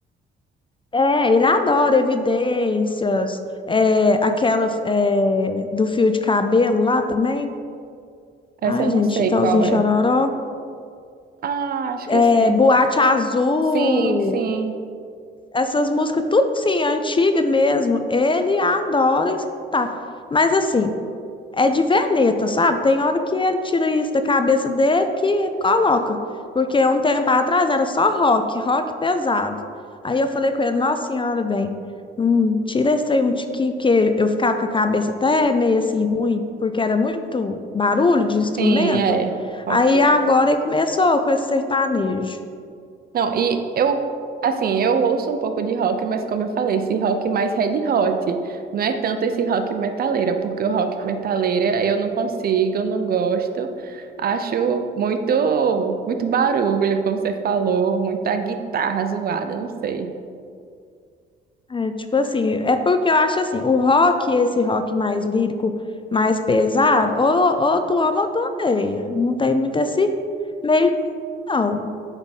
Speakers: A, on the left; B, on the right.
A: É, ele adora Evidências, é, aquela é, do fio de cabelo lá também.
B: Essa
A: Ai,
B: eu não
A: gente,
B: sei
A: Chitãozinho
B: qual
A: e
B: é.
A: Chororó.
B: Ah, acho que eu
A: É,
B: sei.
A: Boate Azul.
B: Sim, sim,
A: Essas músicas, tudo sim, antiga mesmo. Ele adora escutar. Mas assim, É de veneta, sabe? Tem hora que ele tira isso da cabeça dele que ele coloca. Porque um tempo atrás era só rock, rock pesado. Aí eu falei com ele, nossa senhora, bem, hum, tira esse trem de aqui, porque eu ficava com a cabeça até meio assim ruim, porque era muito barulho de instrumento.
B: sim, é. Rock
A: Aí
B: é.
A: agora ele começou com esse sertanejo.
B: Não, e eu, assim, eu ouço um pouco de rock, mas como eu falei, esse rock mais Red Hot, não é tanto esse rock metaleira, porque o rock metaleira eu não consigo, eu não gosto. Acho muito, muito barulho, como você falou, muita guitarra zoada, não sei.
A: É, tipo assim, é porque eu acho assim, o rock, esse rock mais lírico, mais pesado, ou, ou tu ama ou tu odeia. Não tem muito esse meio, termo, não.